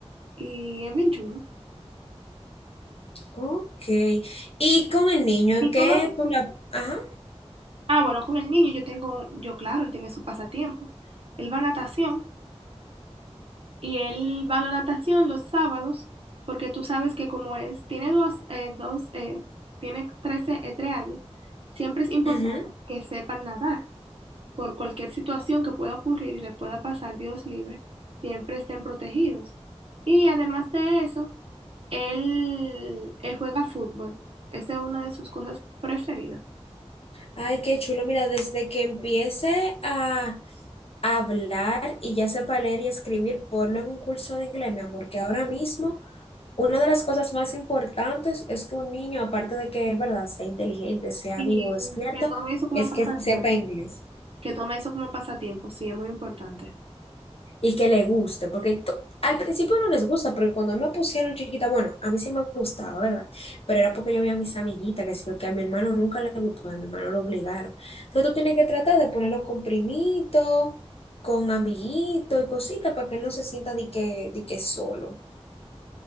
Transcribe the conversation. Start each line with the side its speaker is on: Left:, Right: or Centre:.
Right: y es bien chulo.
Left: Ok. Y con el niño, ¿en
Right: ¿Y
Left: qué
Right: tú lo tienes?
Left: tú la... Ajá.
Right: Ah, bueno, con el niño yo tengo, yo claro, él tiene su pasatiempo. Él va a natación. y él va a la natación los sábados, porque tú sabes que como es, tiene dos, eh, dos, eh, tiene 13 eh, tres años, siempre es importante
Left: ujú.
Right: que sepan nadar. Por cualquier situación que pueda ocurrir y le pueda pasar, Dios libre, siempre estén protegidos. Y además de eso, él, él juega fútbol. Esa es una de sus cosas preferidas.
Left: Ay, qué chulo. Mira, desde que empiece a hablar y ya sepa leer y escribir, ponlo en un curso de inglés, mi amor, que ahora mismo una de las cosas más importantes es que un niño, aparte de que, verdad, sea inteligente, sea
Right: Y
Left: vivo, despierto,
Right: que tome eso como
Left: es
Right: pasatiempo.
Left: que sepa inglés.
Right: Que tome eso como pasatiempo, sí, es muy importante.
Left: y que le guste, porque to- al principio no les gusta, porque cuando me pusieron chiquita, bueno, a mí sí me gustaba, ¿verdad? Pero era porque yo veía a mis amiguitas, que sí, que a mi hermano nunca le gustó, a mi hermano lo obligaron. Entonces tú tienes que tratar de ponerlo con primitos, con amiguitos y cositas para que él no se sienta de que, de que solo.